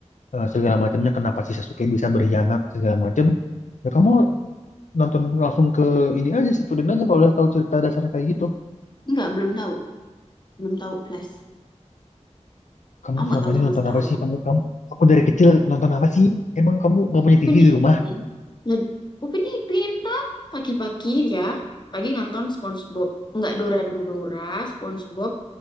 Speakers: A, on the left; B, on the left.
A: eh, segala macamnya kenapa si Sasuke bisa berkhianat segala macam. Ya kamu nonton langsung ke ini aja Shippuden aja kalau udah tahu cerita dasarnya kayak gitu.
B: Enggak, belum tahu. Belum tahu plus.
A: Kamu
B: Aku nggak
A: selama
B: tahu
A: ini
B: sama
A: nonton
B: sekali.
A: apa sih? Kamu kamu kamu dari kecil nonton apa sih? Emang kamu nggak punya
B: Upin
A: TV di
B: Ipin.
A: rumah?
B: Lah, Upin Ipin Pak. Pagi-pagi ya. Pagi nonton SpongeBob. nggak Dora dulu Dora, SpongeBob.